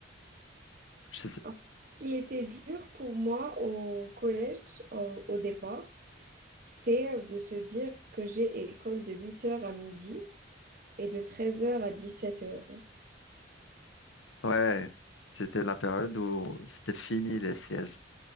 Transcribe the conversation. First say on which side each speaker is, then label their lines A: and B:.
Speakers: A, on the left (about 80°); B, on the right (about 45°).
A: Je sais-
B: ce qui était dur pour moi au collège, au, au départ, c'est de se dire que j'ai école de huit heures à midi et de treize heures à dix-sept heures.
A: ouais, c'était la période où c'était fini les C CS.